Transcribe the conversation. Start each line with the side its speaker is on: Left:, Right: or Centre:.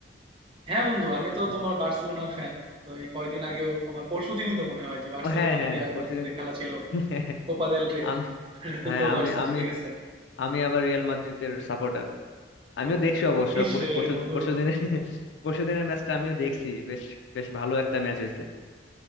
Right: হ্যাঁ বন্ধু আমি তো
Left: ও,
Right: তোমার বার্সেলোনার ফ্যান তো এই কয়দিন আগেও তোমার পরশুদিনই তো মনে হয় যে বার্সেলোনা
Left: হ্যাঁ হ্যাঁ হ্যাঁ,
Right: আর রিয়াল
Left: পরশুদিন
Right: মাদ্রিদে খেলা ছিল
Left: <laughs>
Right: কোপা দেল রের
Left: আমি
Right: <laughs> তো
Left: হ্যাঁ
Right: তো
Left: আমি
Right: বার্সা
Left: আমি
Right: জিতে গেছে
Left: আমি আবার রিয়াল মাদ্রিদের সাপোর্টার আমিও দেখছি অবশ্য
Right: ইস
Left: পরশু
Right: রে
Left: পরশু
Right: বন্ধু
Left: পরশুদিনের <laughs> পরশুদিনের ম্যাচটা আমিও দেখছি বেশ বেশ ভালো একটা ম্যাচ হয়েছে